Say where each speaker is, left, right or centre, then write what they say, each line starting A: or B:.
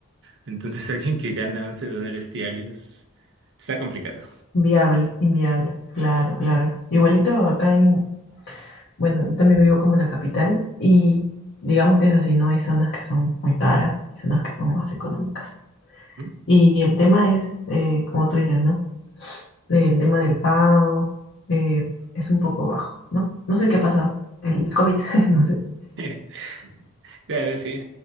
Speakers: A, on the right (about 60°); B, on the left (about 55°).
A: Entonces, <laughs> alguien que gana 11 dólares diarios está complicado.
B: Viable, inviable. Claro, claro. Igualito acá en, bueno, yo también vivo como en la capital y digamos que es así, ¿no? Hay zonas que son muy caras y zonas que son más económicas.
A: ¿Mm?
B: Y el tema es, eh, como tú dices, ¿no? El tema del pago eh, es un poco bajo, ¿no? No sé qué ha pasado. El COVID, <laughs> no sé.
A: <laughs> Claro, sí.